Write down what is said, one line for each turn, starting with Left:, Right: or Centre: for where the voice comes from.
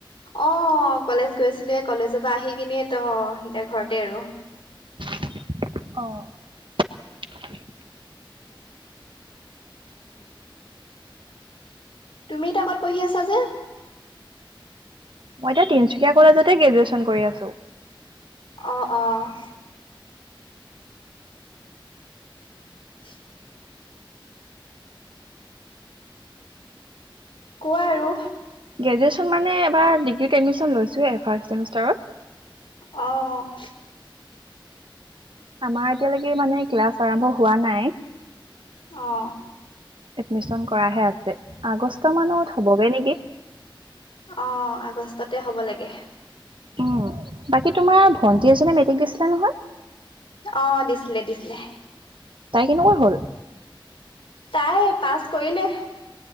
Left: অ', কলেজ গৈছিলোঁৱে কলেজৰ পৰা আহি কিনে ত' এতিয়া ঘৰতে আৰু।
Right: অ'।
Left: তুমি এতিয়া ক'ত পঢ়ি আছা যে?
Right: মই এতিয়া তিনচুকীয়া কলেজতে গ্ৰেজুৱেশ্যন কৰি আছোঁ।
Left: অ', অ'। <unintelligible> কোৱা আৰু।
Right: গ্ৰেজুৱেশ্যন মানে এইবাৰ ডিগ্ৰীত এডমিশ্যন লৈছোঁহে ফাৰ্ষ্ট চেমিষ্টাৰত।
Left: অ'।
Right: আমাৰ এতিয়ালৈকে মানে ক্লাছ আৰম্ভ হোৱা নাই।
Left: অ'।
Right: এডমিশ্যন কৰাহে আছে, আগষ্ট মানত হ'বগে নেকি?
Left: অ আগষ্টতে হ'ব লাগে
Right: উ বাকী তোমাৰ ভন্টি এজনীয়ে মেট্ৰিক দিছিলে নহয়
Left: অ দিছিলে দিছিলে
Right: তাই কেনেকুৱা হল
Left: তাই পাছ কৰিলে।